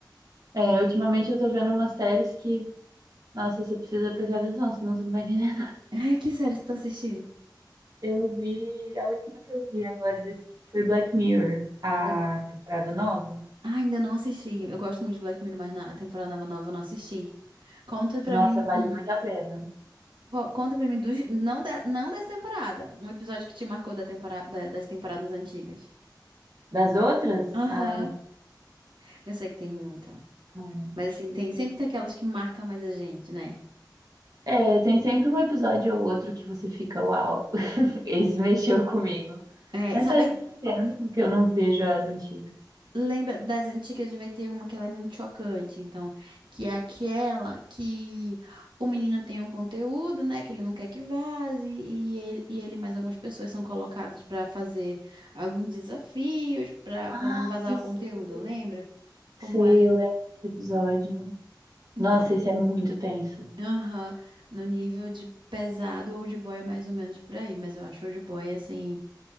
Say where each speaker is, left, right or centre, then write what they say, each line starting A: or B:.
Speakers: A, on the right; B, on the right.
A: É, ultimamente eu tô vendo umas séries que, nossa, você precisa prestar atenção, senão você não vai entender
B: <laughs> É, que série você tá assistindo?
A: Eu vi, a última que eu vi agora desse tipo foi Black Mirror, a
B: Black...
A: temporada nova.
B: Ah, ainda não assisti. Eu gosto muito de Black Mirror, mas na- a temporada nova eu não assisti. Conta pra
A: Nossa,
B: mim, um-
A: vale
B: um-
A: muito a pena.
B: co- conta pra mim dos, não, da, não dessa temporada, um episódio que te marcou da temporada, da- das temporadas antigas.
A: Das outras,
B: Aham.
A: ai.
B: Eu sei que tem muito.
A: hum.
B: Mas assim, tem sempre tem aquelas que marcam mais a gente, né?
A: É, tem sempre um episódio ou outro que você fica, uau, <laughs> esse mexeu comigo.
B: É,
A: Mas
B: sabe,
A: faz
B: é,
A: muito tempo que eu não vejo as antigas.
B: lembra das antigas, vai ter uma que ela é muito chocante, então, que é aquela que o menino tem um conteúdo, né, que ele não quer que vaze, e ele, e ele mais algumas pessoas são colocadas pra fazer alguns desafios pra
A: Ai,
B: para não vazar o
A: sei,
B: conteúdo, lembra? Como
A: sei,
B: é?
A: eu lembro desse episódio.
B: Então,
A: Nossa, esse é muito tenso.
B: aham, no nível de pesado, old boy é mais ou menos por aí, mas eu acho old boy assim